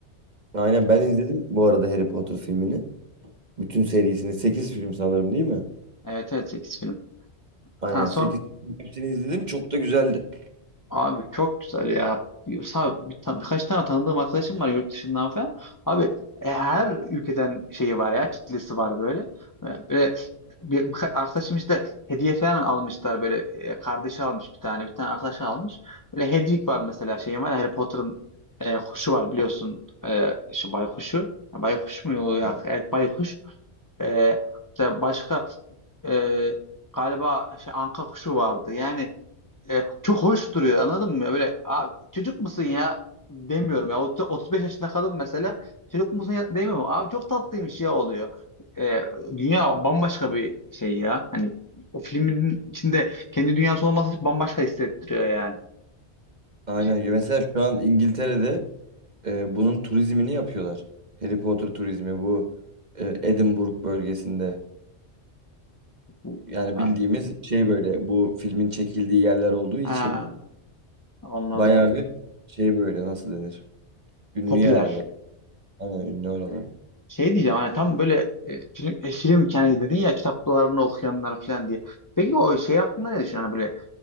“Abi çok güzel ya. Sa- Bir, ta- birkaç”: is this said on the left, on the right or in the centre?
Left